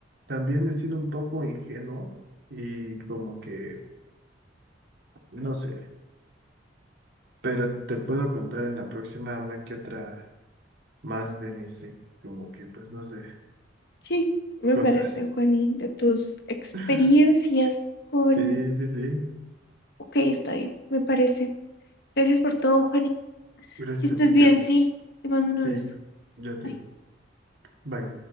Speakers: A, on the right; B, on the left.
A: también he sido un poco ingenuo y como que, no sé, pero te puedo contar en la próxima una que otra más de mis, eh, como que, pues no sé,
B: Sí, me
A: cosas.
B: parece, Juani, de tus experiencias
A: <laughs>
B: con...
A: Sí, sí, sí.
B: Ok, está bien, me parece. Gracias por todo, Juani.
A: Gracias
B: Que estés
A: a ti,
B: bien,
A: Kat.
B: sí. Te mando un
A: Sí,
B: abrazo.
A: yo a ti.
B: Bye.
A: Bye.